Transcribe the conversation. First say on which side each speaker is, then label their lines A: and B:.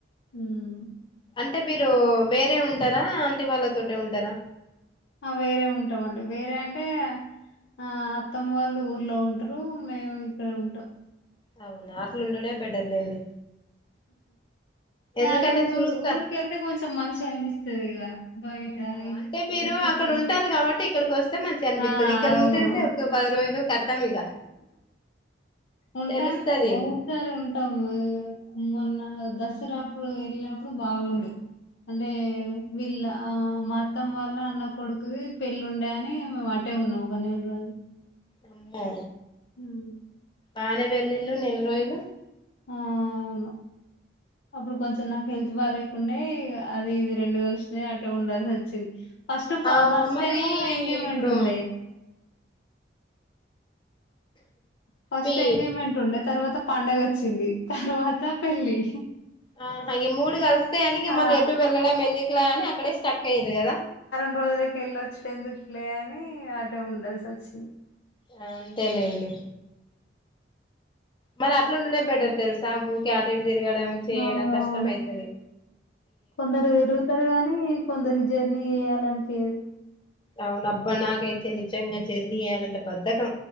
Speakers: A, on the left (about 70°); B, on the left (about 25°).
A: ఉమ్
B: అంటే మీరు వేరే ఉంటారా ఆంటి వాళ్ళ తోటే ఉంటారా
A: ఆ వేరే ఉంటామండి వేరే అంటే ఆ అత్తమ్మ వాళ్ళు ఊర్లో ఉంటారు మేము ఇక్కడ ఉంటాం
B: అవున ఆట్లుండుడే బెటర్ర్లేండి
A: ఇ
B: ఎందుకంటే
A: అంటే ఊరు
B: చూస్తా
A: ఊరికేళ్తే కొంచెం మంచిగా అనిపిస్తది ఇగ బయట
B: ఆ అంటే మీరు
A: ఈ సిటీలో
B: అక్కడ ఉంటారు కాబట్టి ఇక్కడికి వస్తే మంచిగా అనిపిత్తది
A: ఆ
B: ఇక్కడ
A: అవును
B: ఉండండి ఒక పది రోజులు కతం ఇగ
A: ఉంటాము
B: తెలుస్తది
A: ఒకసారి ఉంటాము మొన్న దసరాప్పుడు వెళ్ళినప్పుడు బాగుండు అంటే వీళ్ళ మా అత్తమ్మా వల్ల అన్న కొడుకుది పెళ్ళి ఉండే అని మాట అడనే ఉన్నాము ఒక నెలరోజులు
B: అమ్మో
A: ఉమ్
B: బానే వెల్లుళ్ళు నెల రోజులు
A: ఉ అవును అప్పుడు కొంచెం నాకు హెల్త్ బాలేకుండే అది ఇది రెండు కలిసినయి అట్టే ఉండాల్సి వచ్చింది ఫస్ట్
B: ఆ
A: ఫస్ట్టేమో
B: మరి
A: ఎంగేజ్మెంట్
B: ఇప్పుడు
A: ఉండే ఫస్ట్
B: మీ
A: ఎంగేజ్మెంట్ ఉండే తర్వాత పండగ వచ్చింది తర్వాత పెళ్ళి
B: ఆ ఈ మూడు కలిస్తే అని
A: ఆ
B: మల్లా ఎటు వెళ్ళడం ఎందుకులే అని అక్కడే స్టక్ అయ్యారు కదా
A: కొన్ని రోజులకి వెళ్ళొచ్చట ఎందుకులే అని ఆటే ఉంల్సి వచ్చింది
B: ఆ అంతేలేండి మరి అట్లుండు బెటర్ తెలుసా ఊకే ఆటు ఇటు తిరగడం చేయడం
A: అవునవును
B: కష్టమయితది
A: కొందరు తిరుగుతారు గానీ కొందరికి జర్నీ చెయ్యాలనిపియ్యాదు
B: అవును అబ్బా నాకైతే నిజంగా జర్నీ చెయ్యలంటే బద్ధకం